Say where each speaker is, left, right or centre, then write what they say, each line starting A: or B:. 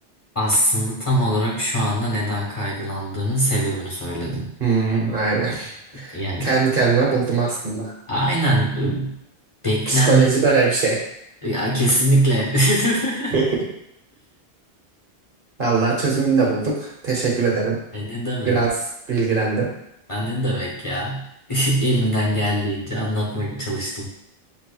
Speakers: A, on the left; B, on the right.
A: Aslında tam olarak şu anda neden kaygılandığının sebebini söyledin.
B: Hmm, aynen. <laughs>
A: Yani
B: Kendi kendime buldum aslında.
A: aynen e, beklent
B: Psikoloji böyle bir şey.
A: ya kesinlikle.
B: <laughs>
A: <laughs>
B: Vallahi çözümünü de bulduk. Teşekkür ederim.
A: Ay ne demek?
B: Biraz bilgilendim.
A: Ya ne demek ya? <laughs> Elimden geldiğince anlatmak çalıştım.